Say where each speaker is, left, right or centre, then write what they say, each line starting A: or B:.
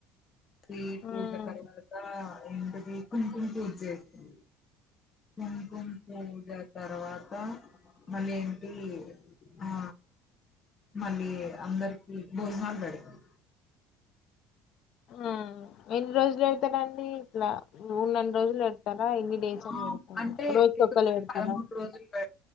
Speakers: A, on the left; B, on the left.
A: సరస్వతి
B: ఆ
A: పూజ తర్వాత ఏంటిది కుంకుమ పూజ చేస్తం కుంకుమ పూజ తర్వాత మళ్ళీ ఏంటి ఆ మళ్ళీ అందరికి భోజనాలు పెడతం
B: ఆ ఎన్ని రోజులు ఏడ్తరండీ ఇట్లా ఉన్నన్ని రోజులు పెడతారా ఎన్ని డేస్ అని
A: ఆ
B: పెడతారా
A: అంటే
B: రోజుకి
A: ఒకసారి
B: ఒక్కలు పెడతారా
A: పదమూడు రోజులు ప